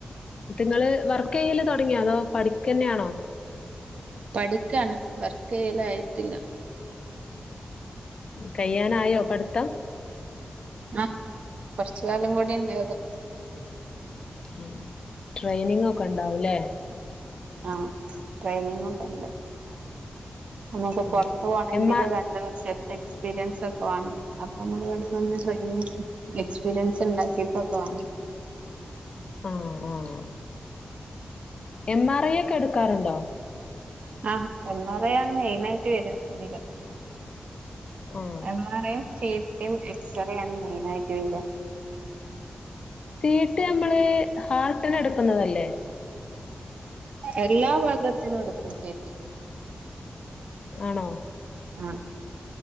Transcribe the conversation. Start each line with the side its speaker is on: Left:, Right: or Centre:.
Left: ഇപ്പിങ്ങള് വർക്ക് ചെയ്യല് തൊടങ്ങ്യാെ അതോ പഠിക്കെന്നേണോ
Right: പഠിക്കാണ് വർക്ക് ചെയ്യല് ആയിട്ടില്ല
Left: കയ്യാനായോ പഠ്ത്തം
Right: ആഹ് കൊറച്ച്കാലം കൂടി ഉണ്ടാകും
Left: ഉം ട്രെയിനിങ്ങൊക്കെ ഉണ്ടാവൂലെ
Right: ആഹ് ട്രെയിനിങ്ങൊക്കെ ഉണ്ട് നമുക്ക്
Left: ഉം
Right: പൊറ്ത്ത് പോവണങ്കില്
Left: എം ആർ
Right: രണ്ട് വർഷ എക്സ്പീരിയൻസ് ഒക്കെ വാണം. അപ്പൊ <unintelligible> ഇവിടെ നിന്ന് ട്രെയിനി എക്സ്പീരിയൻസ് ഇണ്ടാക്കിട്ടൊക്കവാണം
Left: ആഹ് ആഹ് എം ആർ ഐ ഒക്കെ എടുക്കാറുണ്ടോ
Right: ആഹ് എം ആർ ഐ ആണ് മെയിനായിട്ട് വെര ഇതില്
Left: ആഹ്
Right: M R M, C T, x-ray ആണ് മെയിൻ ആയിട്ട് വെര
Left: സീട്ടി അമ്മള് ഹാർട്ടിന് എടുക്കുന്നതല്ലേ
Right: എല്ലാ ഭഗത്തിനും എടുക്കും സി റ്റി
Left: ആണോ
Right: ആഹ്